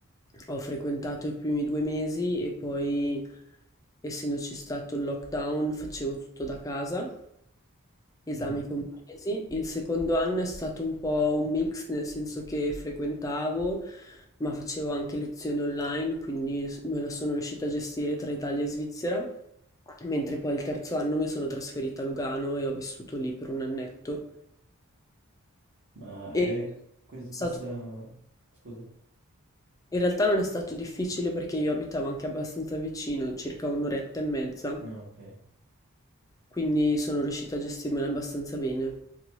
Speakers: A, on the left; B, on the right.
A: ho frequentato i primi due mesi e poi, essendoci stato il lockdown, facevo tutto da casa, esami
B: Mhm.
A: compresi. Il secondo anno è stato un po' un mix, nel senso che frequentavo, ma facevo anche lezioni online, quindi s- me la sono riuscita a gestire tra Italia e Svizzera. Mentre poi il terzo anno mi sono trasferita a Lugano e ho vissuto lì per un annetto
B: Ma
A: E
B: è
A: è
B: que-
A: stato-
B: questa... Scusa.
A: in realtà non è stato difficile perché io abitavo anche abbastanza vicino, circa un'oretta e mezza,
B: No, ok.
A: quindi sono riuscita a gestirmela abbastanza bene.